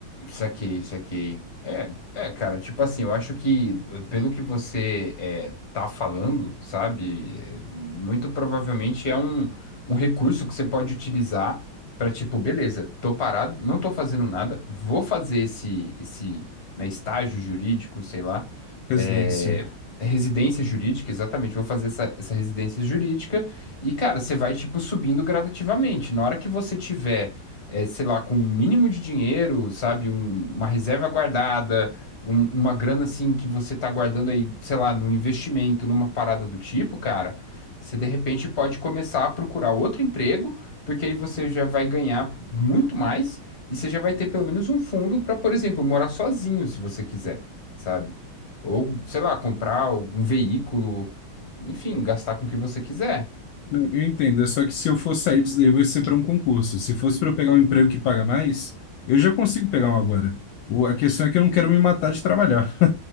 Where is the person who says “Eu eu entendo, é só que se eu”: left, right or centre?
Left